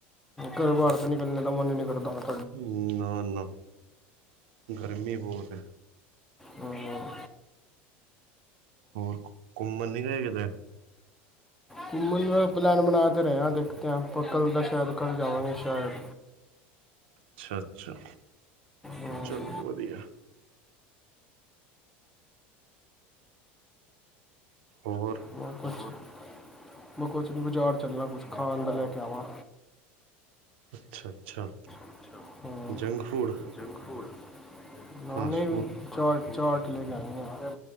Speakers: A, in the centre; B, on the right.
A: ਘਰੋਂ ਬਾਰ ਤੇ ਨਿਕਲਨੇ ਦਾ ਮਨ ਈ ਨੀ ਕਰਦਾ ਬਈ।
B: ਹਮ ਨਾ-ਨਾ। ਗਰਮੀ ਬੋਤ ਐ।
A: ਹਮ,
B: ਹੋਰ ਕੋ ਕੁੰਮਨ ਨੀ ਗਏ ਕਿਧਰੇ?
A: ਕੁੰਮਨ ਦਾ ਪਲੈਨ ਬਣਾ ਤਾ ਰੇ ਆ। ਦੇਖਤਿਆਂ ਪਰ ਕੱਲ ਦਾ ਸ਼ੈਦ ਕੱਲ ਜਾਵਾਂਗੇ ਸ਼ੈਦ।
B: ਅੱਛਾ -ਅੱਛਾ।
A: ਹਾਂਜੀ।
B: ਚਲੋ ਵਧੀਆ। ਹੋਰ?
A: ਵਾ ਪਸ ਹੋਰ। ਮੈਂ ਕੋਸ਼ ਨੀ ਬਜ਼ਾਰ ਚਲਣਾ ਕੁੱਛ ਖਾਣ ਦਾ ਲੈ ਕੇ ਆਵਾਂ।
B: ਅੱਛਾ-ਅੱਛਾ
A: ਅੱਛਾ ਹਾਂ
B: ਜੰਕ ਫੂਡ।
A: ਜੰਕ ਫੂਡ ਨਾ
B: ਫਾਸਟ
A: ਨਈ ਵੀ
B: ਫੂਡ
A: ਚਾਟ-ਚਾਟ ਲੈ ਕੇ ਆਨੀ ਐ।